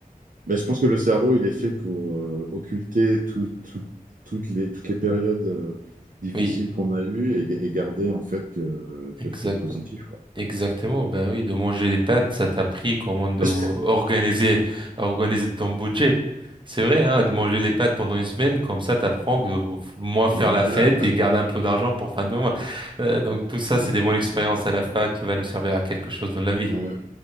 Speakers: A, on the right; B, on the right.
A: Mais je pense que le cerveau, il est fait pour euh, occulter tout- tout- toutes les, toutes les périodes euh, difficiles
B: Oui,
A: qu'on a eues et, et garder, en fait, que,
B: exact.
A: que, que positif, quoi.
B: Exactement. Ben oui, de manger des pâtes, ça t'a pris comment de
A: <laughs>
B: organiser, organiser ton budget. C'est vrai, hein, de manger les pâtes pendant une semaine, comme ça, t'apprends que de f- moins faire
A: Bah,
B: la
A: voilà,
B: fête et garder un peu d'argent pour fin de mois. Euh, donc tout ça, c'est des bonnes expériences à la fac qui va nous servir à quelque chose dans la vie.
A: ouais. ouais.